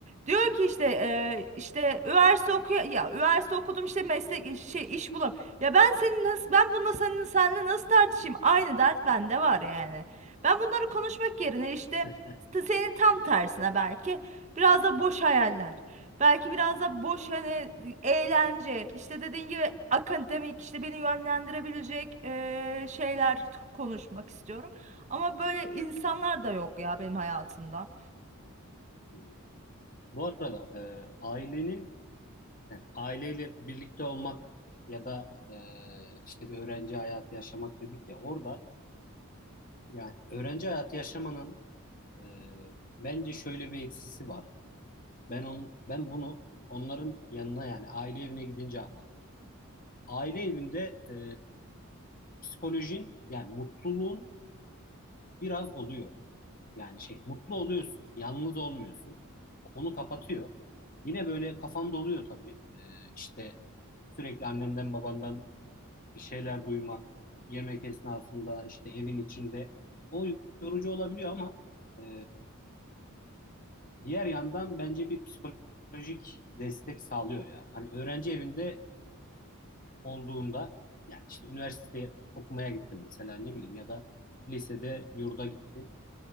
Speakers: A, on the right; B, on the left.
A: Diyor ki işte e, işte üniversite okuya ya üniversite okudum işte meslek şey iş bulam. Ya ben senin nasıl ben bununla senin seninle nasıl tartışayım? Aynı dert bende var yani. Ben bunları konuşmak yerine işte
B: <laughs>
A: senin tam tersine belki. Biraz da boş hayaller. Belki biraz da boş hani eğlence. İşte dediğin gibi akademik işte beni yönlendirebilecek eee, şeyler t- konuşmak istiyorum. Ama böyle insanlar da yok ya benim hayatımda.
B: Hmm. Bu arada e, ailenin yani aileyle birlikte olmak ya da e, işte bir öğrenci hayatı yaşamak dedik ya orada yani öğrenci hayatı yaşamanın e, bence şöyle bir eksisi var. Ben on, ben bunu onların yanına yani aile evine gidince anladım. Aile evinde e, psikolojin yani mutluluğun biraz oluyor. Yani şey mutlu oluyorsun. Yalnız olmuyorsun. Onu kapatıyor. Yine böyle kafan doluyor tabii. Ee, işte sürekli annenden babandan bir şeyler duymak, yemek esnasında işte evin içinde o yorucu olabiliyor ama e, diğer yandan bence bir psikolojik destek sağlıyor ya. Hani öğrenci evinde olduğunda yani işte üniversiteye okumaya gittin mesela ne bileyim ya da lisede yurda gittin.